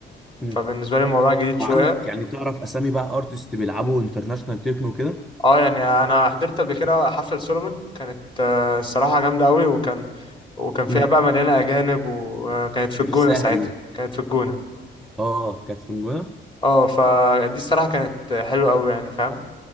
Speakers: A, in the centre; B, on the left.
A: مم.
B: فبالنسبه لي الموضوع جديد شويه
A: وعندك يعني تعرف اسامي بقى ارتست بيلعبوا انترناشونال تكنو كده
B: اه يعني انا حضرت قبل كده حفله سولومون كانت آه، الصراحه جامده قوي وكان وكان فيها
A: مم.
B: بقى مليانه اجانب وكانت في
A: ده
B: الجونه
A: في الساحل
B: ساعتها
A: دي
B: كانت في الجونه
A: اه كانت في نجوى
B: اه فدي الصراحه كانت حلوه قوي يعني فاهم